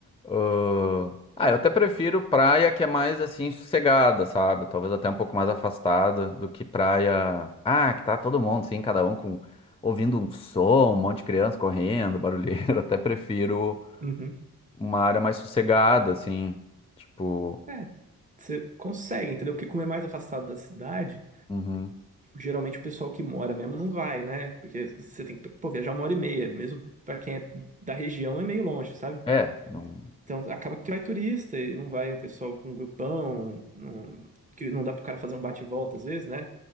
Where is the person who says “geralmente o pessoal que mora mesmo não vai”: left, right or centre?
Right